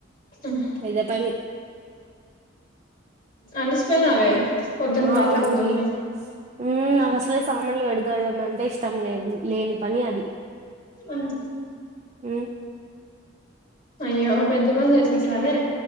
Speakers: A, on the left (about 45°); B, on the right (about 35°).
A: ఉమ్
B: పెద్ద పని
A: అలిసిపోయినావే పొద్దున్న
B: ఆ
A: పాత్రలు
B: మళ్ళి
A: తోమి
B: ఉమ్ నాకు అస్సలే సామానులు గడ్ గడామంటే ఇష్టం లేదు లేని పని అది
A: ఉమ్
B: ఉ
A: అయ్యో పెద్ద పని చేసేసావే